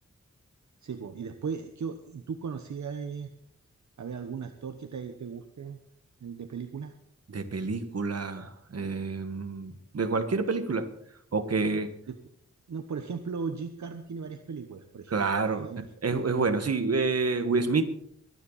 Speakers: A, on the right; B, on the right.
A: Sí, po. Y después, ¿qué o- ¿tú conocías, eh, había algún actor que te, te guste el de película?
B: De película. em, de cualquier película. O que,
A: De- no, por ejemplo, Jim Carrey tiene varias películas, por ejemplo.
B: claro.
A: Te doy
B: Es,
A: un ejemplo.
B: es bueno, sí. eh, Will Smith.